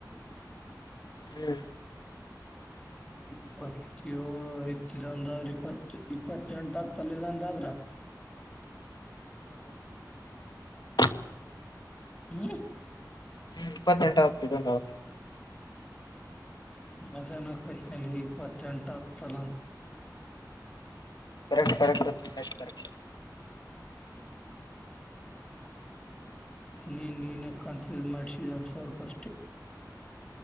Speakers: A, on the left (about 70°); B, on the left (about 15°).
A: ಹ್ಮ್
B: ಇಪ್ಪತ್ತಏಳು ಇತ್ತುೊಂದಾದ್ರೆ ಇಪ್ಪತ್ತು ಇಪ್ಪತ್ತೆಂಟ ಆಗ್ತಲ್ಲಂದ ಆದ್ರ
A: ಹಾ
B: ಹ್ಮ
A: ಹ್ಮ್ ಇಪ್ಪತ್ತೆಂಟಾವತ್ತುದು ನ
B: ಅಚಾನ ಕಚ್ನಲ್ಲಿ ಇಪ್ಪತ್ತುೆಂಟ ಚಲಂತ
A: ಕಕ್ಟ್ ಕಕ್ಟ್ ಕಕ್ಟ್ ಕಕ್ಟ್
B: ನೀ ನೀನ ಕನ್ಫ್ಯೂಸ್ ಮಾಡ್ಸಿದ ಸ್ವಲ್ಪ ಅಷ್ಟೇ